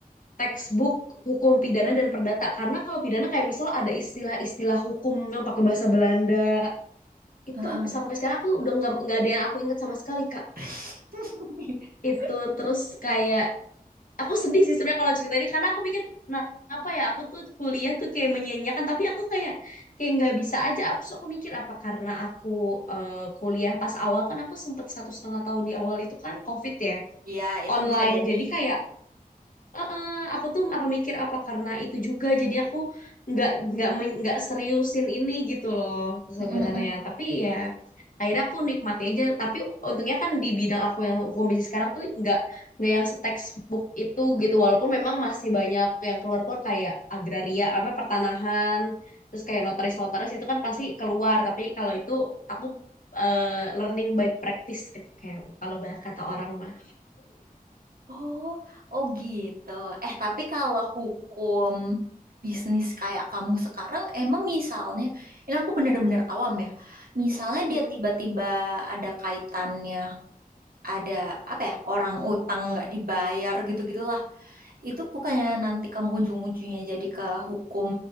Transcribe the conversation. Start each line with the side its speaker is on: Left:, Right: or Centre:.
Left: textbook hukum pidana dan perdata karena kalau pidana kayak misal ada istilah-istilah hukum yang pakai bahasa Belanda itu
Right: Heeh.
Left: sampai sekarang aku udah nggak nggak ada yang aku ingat sama sekali Kak
Right: <laughs>
Left: itu terus kayak aku sedih sih sebenarnya kalau cerita ini karena aku pikir kenapa ya aku tuh kuliah tuh kayak menyanyiakan tapi aku kayak kayak nggak bisa aja aku sok mikir apa karena aku eh, kuliah pas awal kan aku sempet satu setengah tahun di awal itu kan COVID ya
Right: Iya, itu
Left: online
Right: bisa jadi.
Left: jadi kayak Heeh, aku tuh apa mikir apa karena itu juga jadi aku nggak nggak men- nggak seriusin ini gitu loh sebenarnya
Right: Mm-mm.
Left: tapi ya akhirnya aku nikmati aja tapi untungnya kan di bidang aku yang hukum bisnis sekarang tuh nggak nggak yang se-textbook itu gitu walaupun memang masih banyak yang keluar-keluar kayak agraria apa pertanahan terus kayak notaris-notaris itu kan pasti keluar tapi kalau itu aku eh, learning by practice eh, kayak kalau bah- kata orang mah
Right: Oh, oh gitu. Eh, tapi kalau hukum bisnis kayak kamu sekarang, emang misalnya, ini aku bener-bener awam ya. Misalnya
Left: Hmm.
Right: dia tiba-tiba ada kaitannya, ada apa ya, orang utang nggak dibayar gitu-gitulah. Itu bukannya nanti kamu ujung-ujungnya jadi ke hukum